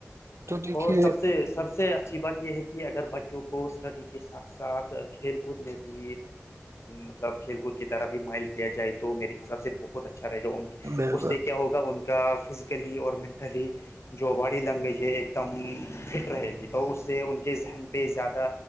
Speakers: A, on the right; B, on the left.
A: تو دیکھیے
B: اور سب سے سب سے اچھی بات یہ ہے کہ اگر بچوں کو اسٹڈی کے ساتھ ساتھ کھیل کود میں بھی مطلب کھیل کود کی طرح بھی مائل کیا جائے تو میرے حساب سے بہت بہت اچھا رہے گا ان
A: بالکل
B: اس سے کیا ہوگا ان کے کا فزیکلی اور مینٹلی جو باڈی لینگویج ہے ایک ایک دم فٹ رہے گی تو اس سے ان کے ذہن پہ زیادہ